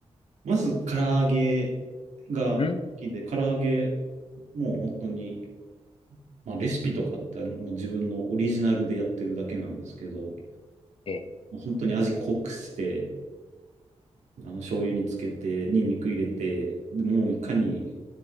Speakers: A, on the right; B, on the left.
A: まず唐揚げが好きで、
B: うん
A: 唐揚げもう本当に、まあ、レシピとかってもう自分のオリジナルでやってるだけなんですけど、
B: ええ、
A: もう本当に味濃くして、あの醤油につけて、ニンニク入れて、でもういかに